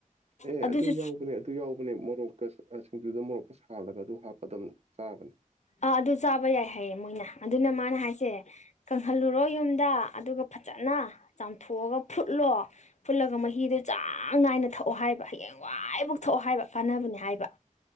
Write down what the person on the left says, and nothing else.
ꯑꯗꯨꯁꯨ
ꯑꯥ ꯑꯗꯨ ꯆꯥꯕ ꯌꯥꯏ ꯍꯥꯏꯌꯦ ꯃꯣꯏꯅ ꯑꯗꯨꯅ ꯃꯥꯅ ꯍꯥꯏꯁꯦ ꯀꯪꯍꯜꯂꯨꯔꯣ ꯌꯨꯝꯗ ꯑꯗꯨꯒ ꯐꯖꯅ ꯆꯥꯝꯊꯣꯛꯑꯒ ꯐꯨꯠꯂꯣ ꯐꯨꯠꯂꯒ ꯃꯍꯤꯗ ꯆꯥꯡ ꯅꯥꯏꯅ ꯊꯛꯑꯣ ꯍꯥꯏꯕ ꯍꯌꯦꯡꯋꯥꯏꯐꯥꯎ ꯊꯛꯑꯣ ꯍꯥꯏꯕ ꯀꯥꯟꯅꯕꯅꯦ ꯍꯥꯏꯕ